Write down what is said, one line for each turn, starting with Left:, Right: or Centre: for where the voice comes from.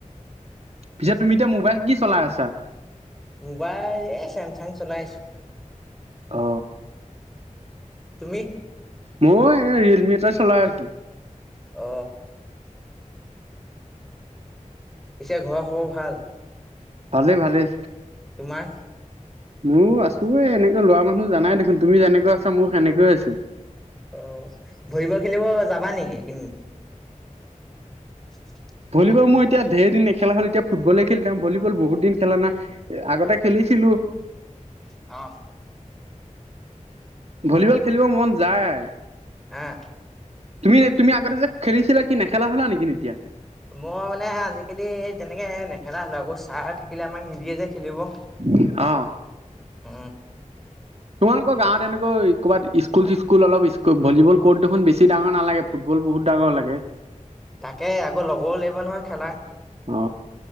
Right: পিছে তুমি এতিয়া, মোবাইল কি চলাই আছা?
Centre: মোবাইল এ, চেমচাং চলাই আছো।
Right: অ,
Centre: তুমি?
Right: ময়ো এই, ৰিয়েলমি এটা চলাই আছো।
Centre: অ, পিছে ঘৰৰ, খবৰ ভাল?
Right: ভালেই, ভালেই।
Centre: তোমাৰ?
Right: মোৰো আছো এই, এনেকৈ লৰা মানুহ জানাই দেখোন, তুমি যেনেকৈ আছা, মোৰ সেনেকৈ আছো।
Centre: অ, ভলিবল খেলিব যাবা নেকি, এই কি <inaudible>
Right: ভলীবল মই এতিয়া ধেৰ দিন নেখেলা হ'লো, এতিয়া ফুটবল খেলি থাকো ভলীবল বহুত দিন খেলা নাই। আগতে খেলিছিলো।
Centre: অ,
Right: ভলীবল খেলিব মন যায়।
Centre: <inaudible>
Right: তুমি, তুমি আগতে যে খেলিছিলা, কি নেখেলা হ'লা নেকি এতিয়া?
Centre: মই মানে আজিকালি তেনেকে নেখেলা হ'লো, আকৌ চাৰ থাকে। কিলে, আমাক নিদিয়ে যে খেলিব। উম,
Right: অ'। তোমালোকৰ গাঁৱত এনেকৈ, ক'ৰবাত স্কুল-চিস্কুল অলপ ভলবল কৰ্ট দেখোন বেছি ডাঙৰ নালাগে। ফুটবল বহুত ডাঙৰ লাগে।
Centre: তাকে, আকৌ লগৰও লাগিব নহয় খেলা।
Right: অ,